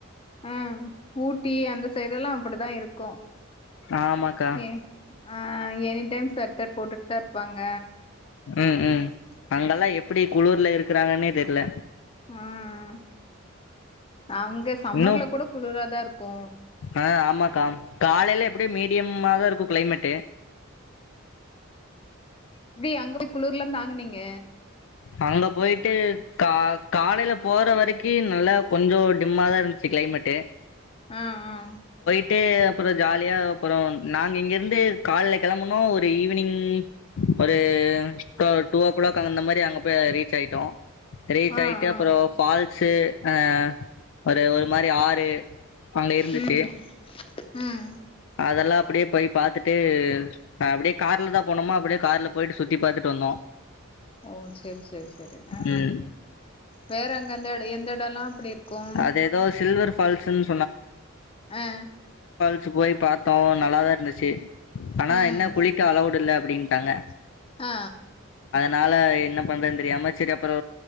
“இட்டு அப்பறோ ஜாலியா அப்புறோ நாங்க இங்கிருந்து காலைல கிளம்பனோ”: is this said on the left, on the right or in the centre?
Left